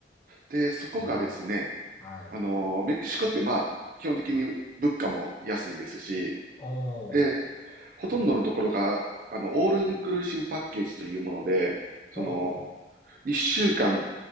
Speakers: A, on the right; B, on the left.
A: で、そこがですね、
B: 愉快。はい。
A: あのーメキシコってまあ、基本的に物価も安いですし、
B: おー、
A: で、ほとんどのところが、あの、オールインクルーシブパッケージというもので、その、
B: ほうほう、
A: 一週間、